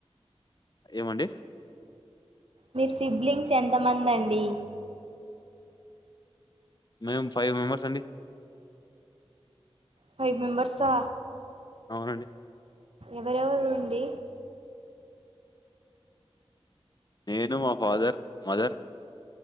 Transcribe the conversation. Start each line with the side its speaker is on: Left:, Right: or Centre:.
Left: ఏమండి
Right: మీ సిబ్లింగ్స్ ఎంతమందండి?
Left: మేము ఫైవ్ మెంబర్స్ అండి
Right: ఫైవ్ మెంబర్సా
Left: అవునండి
Right: ఎవరెవరు ఉండి
Left: నేను, మా ఫాదర్, మదర్